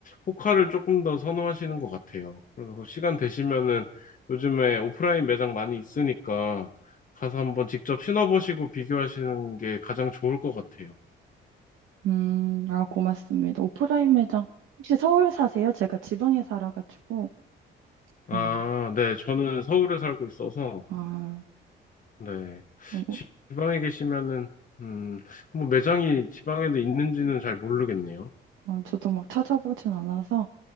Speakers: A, on the left (about 40°); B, on the right (about 85°).
A: 호카를 조금 더 선호하시는 것 같아요. 그래서 시간 되시면은 요즘에 오프라인 매장 많이 있으니까 가서 한번 직접 신어보시고 비교하시는 게 가장 좋을 것 같아요.
B: 음, 아, 고맙습니다. 오프라인 매장. 혹시 서울 사세요? 제가 지방에 살아가지고.
A: 아,
B: 음,
A: 네. 저는 서울에 살고 있어서,
B: 아,
A: 네.
B: 너무-
A: 지방에 계시면은, 음, 한번 매장이 지방에도 있는지는 잘 모르겠네요.
B: 아, 저도 막 찾아보진 않아서.